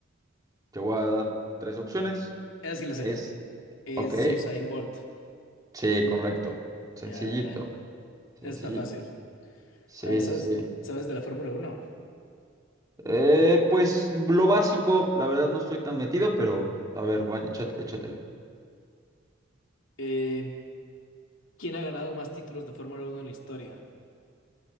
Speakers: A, on the right; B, on the left.
A: Te voy a dar tres opciones.
B: Esa sí la sé.
A: Es,
B: Es
A: ok,
B: Usain Bolt.
A: sí, correcto. Sencillito,
B: Ya, a ver,
A: sencillito.
B: está fácil.
A: Sí,
B: A ver, ¿sabes,
A: sí, sí.
B: sabes de la Fórmula Uno?
A: Eh, pues lo básico, la verdad no estoy tan metido, pero a ver, vaya, échat- échatela.
B: Eh, ¿quién ha ganado más títulos de Fórmula Uno en la historia?